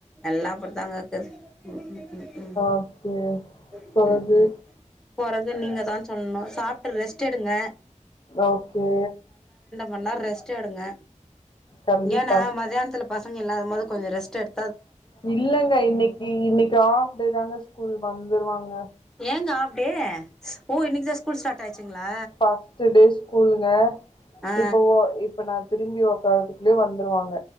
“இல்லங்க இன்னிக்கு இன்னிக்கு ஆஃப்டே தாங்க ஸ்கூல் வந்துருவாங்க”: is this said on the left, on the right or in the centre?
Left